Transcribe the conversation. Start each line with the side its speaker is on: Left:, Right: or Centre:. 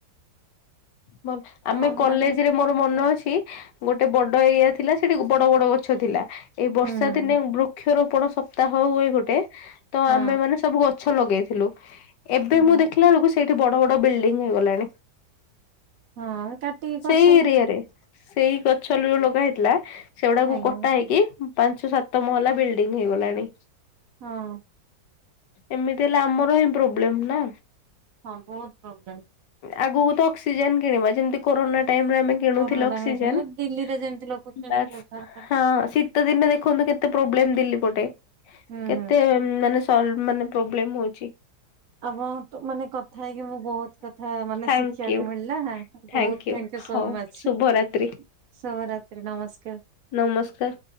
Left: ମର ଆମେ
Right: ହଁ
Left: କଲେଜରେ।
Right: ମାନେ ହୁଁ
Left: ମୋର ମନ ଅଛି ଗୋଟେ ବଡ଼ ଏରିଆ ଥିଲା ସେଠି ବଡ଼ ବଡ଼ ଗଛ ଥିଲା। ଏଇ ବର୍ଷା
Right: ହୁଁ
Left: ଦିନେ ବୃକ୍ଷରୋପଣ ସପ୍ତାହ ହୁଏ ଗୋଟେ ତ
Right: ହଁ
Left: ଆମେ ମାନେ ସବୁ ଗଛ ଲଗେଇଥିଲୁ ଏବେ
Right: ହୁଁ
Left: ମୁଁ ଦେଖିଲା ବେଳକୁ ସେଠି ବଡ଼ ବଡ଼ ବିଲ୍‌ ଡିଙ୍ଗ ହେଇଗଲାଣି
Right: ହଁ କାଟିକି କରିସାରିଲେ
Left: ସେଇ ଏରିଆରେ। ସେଇ ଗଛ ଯୋଉ ଲଗା ହେଇଥିଲା ସେଗୁଡାକୁ
Right: ନାଇଁ
Left: କଟା
Right: ହଁ
Left: ହେଇକି ପାଞ୍ଚ ସାତ ମହଲା ବିଲଡିଂ ହେଇଗଲାଣି।
Right: ହଁ।
Left: ଏମିତି ହେଲେ ଆମର ହିଁ ପ୍ରୋବ୍ଲେମ୍ ନା।
Right: ହଁ ବହୁତ ପ୍ରୋବ୍ଲେମ୍
Left: ଆଗକୁ ତ ଅକ୍ସିଜେନ କିଣିବା ଯେମିତି କରୋନା ଟାଇମ୍ ରେ ଏମାନେ କିଣୁଥିଲେ
Right: କରୋନା
Left: ଅକ୍ସିଜେନ
Right: ଟାଇମରେ କିଣିଲେ ଦିଲ୍ଲୀରେ ଯେମିତି ଲୋକ କିଣିକି
Left: ବାସ୍‌
Right: ବ୍ୟବହାର କଲେ
Left: ହାଁ ସି ତ ଦିନେ ଦେଖନ୍ତୁ କେତେ ପ୍ରୋବ୍ଲେମ୍ ଦିଲ୍ଲୀ ପଟେ
Right: ହୁଁ
Left: କେତେ
Right: ହୁଁ।
Left: ମାନେ ସ ମାନେ ପ୍ରୋବ୍ଲେମ୍ ହୋଉଚି।
Right: ଆମ ତ ମାନେ କଥା ହେଇକି ମୁଁ ବହୁତ ହଁ ମାନେ
Left: ଥ୍ୟାଙ୍କ
Right: ଶିଖିବାକୁ
Left: ୟୁ
Right: ମିଳିଲା ହଁ
Left: ଥ୍ୟାଙ୍କ
Right: ବହୁତ
Left: ୟୁ
Right: ଥାଙ୍କ୍ୟୁ
Left: ହଉ
Right: ସୋ ମଚ୍ଚ।
Left: ଶୁଭରାତ୍ରି
Right: ଶୁଭରାତ୍ରୀ ନମସ୍କାର।
Left: ନମସ୍କାର।